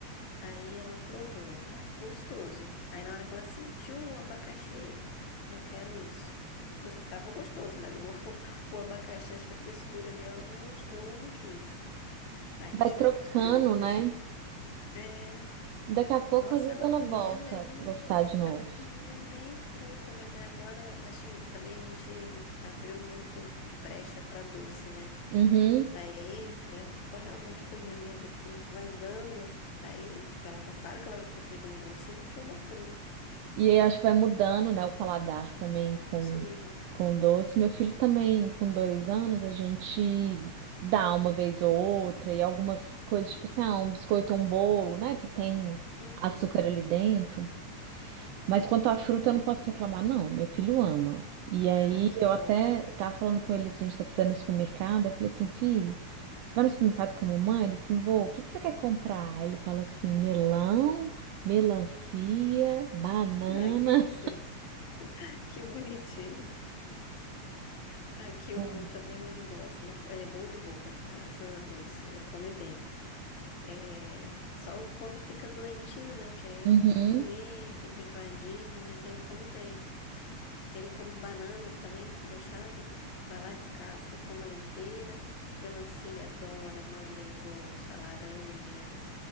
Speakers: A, on the left (about 75°); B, on the right (about 80°).
A: aí ela provou. Ai, gostoso. Aí na hora que ela sentiu o abacaxi, não quero isso. Tipo assim, tava gostoso, mas o, <laughs> o abacaxi, acho que a textura ali ela não gostou, não quis. Aí
B: Vai
A: te
B: trocando,
A: cuspiu o abacaxi.
B: né?
A: É,
B: Daqui a pouco,
A: nossa,
B: às vezes,
A: ela
B: ela
A: comia
B: volta
A: bem.
B: a gostar de novo.
A: Ela comia bem fruta, mas aí agora, assim, também a gente abriu muito brecha para doce, né?
B: Uhum.
A: Aí, filha a culpa realmente foi minha ali. A gente vai dando. Aí, ela vai, claro que ela vai preferir um doce do que uma fruta.
B: E aí, eu acho que vai mudando, né, o paladar também com,
A: Sim.
B: com doce. Meu filho também, com dois anos, a gente dá uma vez ou outra, e algumas coisas, tipo assim, ah, um biscoito ou um bolo, né, que tem
A: Uhum.
B: açúcar ali dentro. Mas quanto à fruta, eu não posso reclamar, não. Meu filho ama. E aí
A: Ai, que
B: eu
A: bom.
B: até tava falando com ele assim, a gente tá precisando ir no supermercado. Eu falei assim, filho, você vai no supermercado com a mamãe? Ele assim, vô, o que que você quer comprar? Aí Ele fala assim, melão, melancia, banana.
A: Ai, que, <laughs> que bonitinho. Aqui
B: <laughs>
A: o meu também, ele gosta. Ele, ele é bom de boca, graças a Deus. Ele come bem. É, só quando fica doentinho, né? Que aí
B: Uhum.
A: não quer comer, fica enjoadinho, mas ele come bem. Ele come banana também, se deixar, ele vai lá, descasca, come ela inteira. Melancia ele adora, manga ele gosta, laranja.